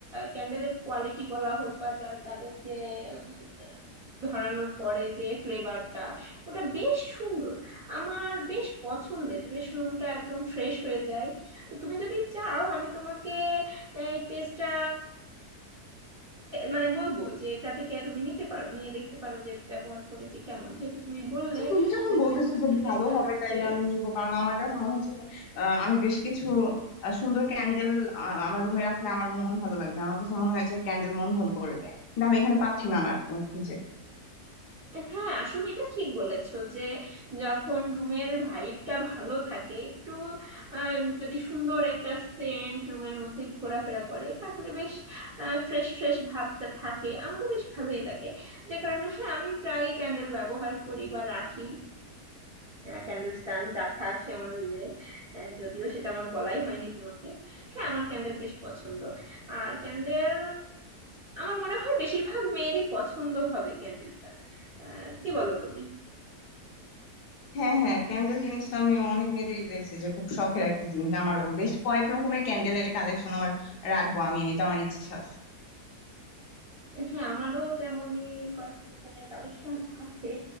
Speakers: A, on the right; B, on the left.
A: ক্যান্ডেলের কোয়ালিটি বলা হোক বা যা তাদের যে উম, ধরানোর পরে যে ফ্লেভারটা ওটা বেশ সুন্দর আমার বেশ পছন্দের বেশ রুমটা একদম ফ্রেশ হয়ে যায় তো তুমি যদি চাও আমি তোমাকে এই পেজটা মানে বলবো যে এটা থেকে তুমি নিতে পারো নিয়ে দেখতে পারো যে ব্যবহার করে যে কেমন যেহেতু তুমি বললে
B: আচ্ছা তুমি যখন
A: যে তুমি
B: বলতেছো
A: হোস্টেলে
B: যে ভালো
A: থাকে
B: হবে তাইলে আমি নিবো কারণ আমার কাছে মনে হচ্ছে যে আহ, আমি বেশ কিছু আহ, সুন্দর ক্যান্ডেল আমার রুমে রাখলে আমার মন ভালো লাগবে আমার কাছে মনে হয় যে ক্যান্ডেল মন ভালো করে দেয় কিন্তু আমি এখানে পাচ্ছি না আর উম, খুঁজে
A: হ্যাঁ আসলে এটা ঠিক বলেছো যে যখন রুমের ভাইবটা ভালো থাকে একটু আহ, যদি সুন্দর একটা সেন্ট রুমের মধ্যে ঘোরাফেরা করে তাহলে বেশ ফ্রেশ ফ্রেশ ভাবটা থাকে আমারও বেশ ভালোই লাগে যে কারণে হ্যাঁ আমি প্রায়ই ক্যান্ডেল ব্যবহার করি বা রাখি ক্যান্ডেল স্ট্যান্ড রাখা আছে আমার রুমে যদিও সেটা আমার বলাই হয়নি তোমাকে হ্যাঁ আমার ক্যান্ডেল বেশ পছন্দ আর ক্যান্ডেল আমার মনে হয় বেশিরভাগ মেয়েরই পছন্দ হবে ক্যান্ডেলটা আহ, কি বলো তুমি
B: হ্যাঁ হ্যাঁ ক্যান্ডেল জিনিসটা আমি অনেক মেয়েদেরই দেখছি যে খুব শখের একটা জিনিস আমারও বেশ কয়েক রকমের ক্যান্ডেলের কালেকশন আমার রাখবো আমি এটা আমার ইচ্ছা আছে
A: হ্যাঁ আমারও তেমনই কয়েক রকমের কালেকশন আছে